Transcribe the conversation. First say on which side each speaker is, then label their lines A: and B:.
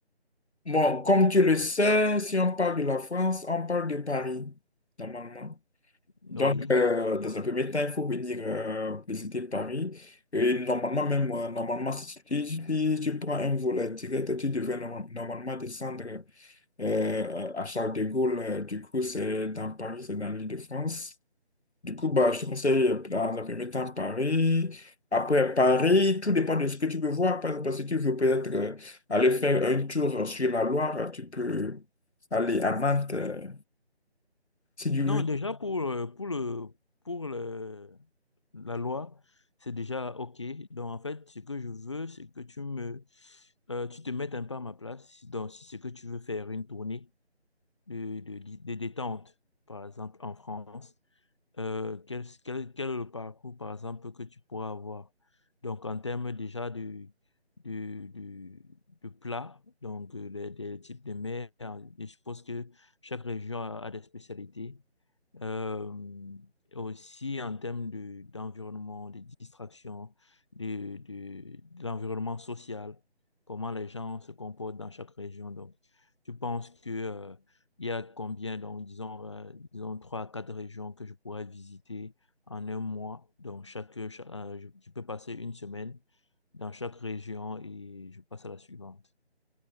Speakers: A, on the left (about 75°); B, on the left (about 25°).
A: Bon, comme tu le sais, si on parle de la France, on parle de Paris, normalement.
B: Oui.
A: Donc, euh, dans un premier temps, il faut venir euh, visiter Paris. Et normalement, même, euh, normalement, si tu, si tu prends un vol euh, direct, tu devrais norma- normalement descendre euh, à Charles de Gaulle. Euh, Du coup, c'est dans Paris, c'est dans l'Île-de-France. Du coup, bah, je te conseille euh, dans un premier temps Paris. Après Paris, tout dépend de ce que tu veux voir. Par exemple, si tu veux peut-être euh, aller faire un tour sur la Loire, tu peux aller à Nantes. euh, si tu veux.
B: Non, déjà pour, euh, pour le, pour le, la loi, c'est déjà OK. Donc, en fait, ce que je veux, c'est que tu me, euh, tu te mettes un peu à ma place. Donc, si c'est que tu veux faire une tournée de, de, de détente, par exemple, en France, euh, quel, quel, quel est le parcours, par exemple, que tu pourras avoir? Donc, en termes déjà de, de, de, de plats, donc euh, les, des types de mers, et je suppose que chaque région a, a des spécialités. Euh, aussi en termes de, d'environnement, de distraction, de, de, de l'environnement social, comment les gens se comportent dans chaque région. Donc, tu penses que, euh, il y a combien, donc, disons, euh, disons trois à quatre régions que je pourrais visiter en un mois. Donc, chaque, cha- euh, je, je peux passer une semaine dans chaque région et je passe à la suivante.